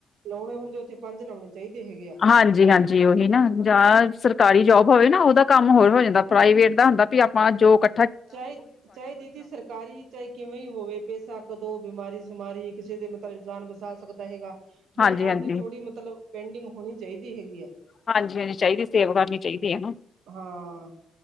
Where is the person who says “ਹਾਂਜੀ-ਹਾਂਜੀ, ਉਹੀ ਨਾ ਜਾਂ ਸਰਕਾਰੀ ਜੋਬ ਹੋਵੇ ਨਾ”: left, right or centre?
Left